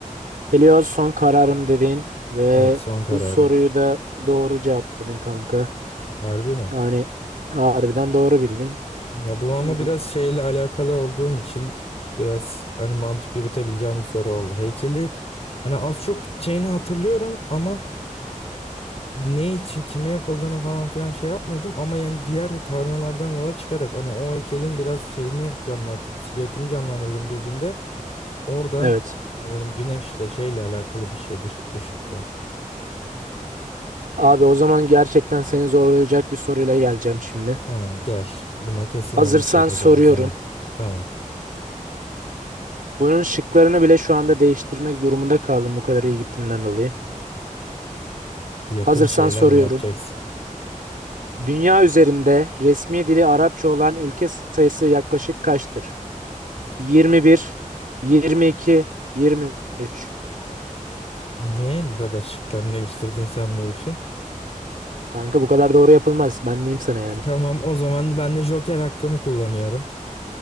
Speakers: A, on the right (about 85°); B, on the left (about 50°).
A: Helios son kararım dedin ve
B: Evet son kararım.
A: bu soruyu da doğru cevapladın kanka.
B: Harbi mi?
A: Yani harbiden doğru bildin.
B: Ya bu ama
A: Hmm.
B: biraz şeyle alakalı olduğum için biraz hani mantık yürütebileceğim bir soru oldu. Heykeli hani az çok şeyini hatırlıyorum ama ne için kime yapıldığını falan filan şey yapmıyordum ama yani diğer tanrılardan yola çıkarak hani o heykelin biraz şeyini canlattım, silüetini canlandırdım gözümde. Oradan
A: Evet.
B: hani dedim güneşle şeyle alakalı bir şeydir ışıkla.
A: Abi o zaman gerçekten seni zorlayacak bir soruyla geleceğim şimdi.
B: Tamam gel buna kesin
A: Hazırsan
B: yanlış yapacağım
A: soruyorum.
B: o zaman. Tamam
A: Bunun şıklarını bile şu anda değiştirmek durumunda kaldım bu kadar iyi gittiğinden dolayı.
B: yakın
A: Hazırsan
B: şeyler
A: soruyorum.
B: mi yapacaksın?
A: Dünya üzerinde resmi dili Arapça olan ülke sayısı yaklaşık kaçtır? 21, 22, 23.
B: Niye bu kadar şıklarını değiştirdin sen bu işin?
A: Kanka bu kadar doğru yapılmaz. Ben diyeyim sana yani.
B: Tamam o zaman ben de Joker hakkımı kullanıyorum.